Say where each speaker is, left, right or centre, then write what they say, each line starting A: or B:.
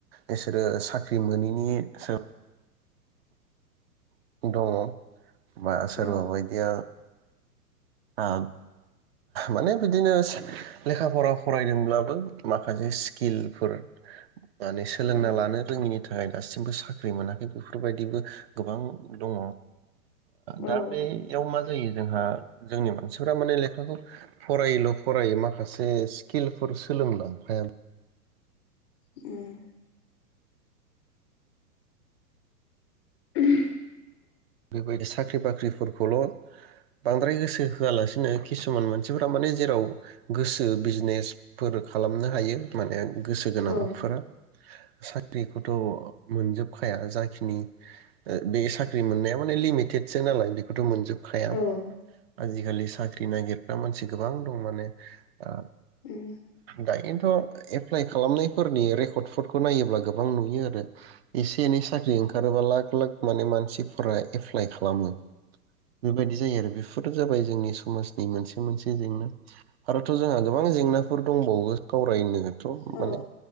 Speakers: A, on the right; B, on the left.
A: बिसोरो साख्रि मोनैनि सो दङ। बा सोरबा
B: औ
A: बायदिया आ माने बिदिनो लेखा फरा फरायदोंब्लाबो माखासे स्किलफोर माने सोलोंना
B: उम
A: लानो रोङिनि थाखाय दासिमबो साख्रि मोनाखै बेफोरबायदिबो गोबां दङ दा
B: औ
A: बेयाव
B: उम औ
A: मा <unintelligible> जोंहा जोंनि मानसिफोरा माने लेखा खौ फरायोल' फरायो माखासे स्किलफोर सोलोंलांफाया
B: उम <unintelligible>
A: बेबायदि साख्रि बाख्रिफोरखौल' बांद्राय गोसो होआलासिनो किसुमान मानसि मानसिफोरा माने जेराव गोसो बिजनेसफोर खालामनो हायो माने गोसो गोनांफोरा
B: उम
A: साख्रिखौथ' मोनजोबखाया जाखिनि बे साख्रि मोननायाव माने लिमिटेसो नालाय बेखौथ' मोनजोब खाया
B: औ
A: आजिखालि साख्रि नागिरग्रा मानसि गोबां दं माने ओ
B: उम
A: दायोनोथ' एफ्लाइ खालामनायफोरनि रेख फटफटखौ नायोब्ला गोबां नुयो आरो एसे एनै साख्रि ओंखारोबाला लाक माने मानसिफ्राय एफ्लाइ खालामो बेबायदि जायो आरो बेफोरो जाबाय जोंनि समाजनि मोनसे मोनसे जेंना आरोथ' जोंहा गोबां जेंनाफोर दंबावो कावरायनोथ'
B: औ
A: माने